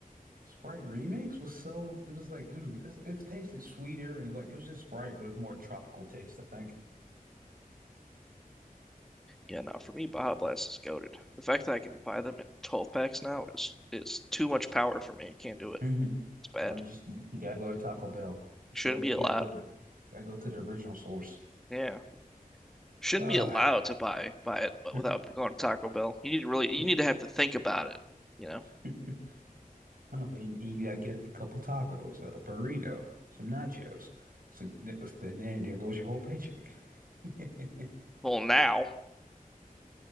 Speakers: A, on the right; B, in the centre.
A: Sprite Remix was so. It was like it was. It, was- it tasted sweeter and it was like it was just Sprite with a more tropical taste. I think.
B: Yeah, no, for me Baja Blast is goated. The fact that I can buy them in 12 packs now is is too much power for me. I can't do it.
A: Mm. <laughs>
B: It's bad.
A: No, you just you gotta go to Taco Bell. You
B: Shouldn't
A: gotta, gotta
B: be allowed.
A: go. Gotta go to the original source.
B: Yeah. shouldn't
A: Uh.
B: be allowed to buy buy it
A: <laughs>
B: without going to Taco Bell. You need to really
A: Yeah.
B: you need to have to think about it, you know.
A: <laughs> Oh, then he gotta get a couple tacos, a burrito, some nachos. So th- then there goes your whole paycheck. <laughs>
B: Well, now,